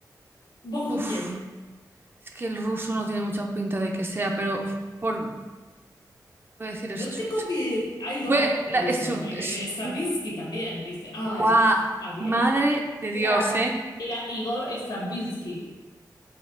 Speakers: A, on the left; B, on the right.
A: ¿Vos
B: Uf,
A: con quién?
B: es que el ruso no tiene mucha pinta de que sea, pero por, voy a decir
A: No
B: estu-
A: te copies, hay dos
B: voy a-
A: rusos,
B: la, estu-
A: eh,
B: es-
A: eh, Stravinsky también, ¿viste? Ay,
B: buah,
A: había.
B: madre de
A: Era,
B: Dios, ¿eh?
A: era Igor Stravinsky.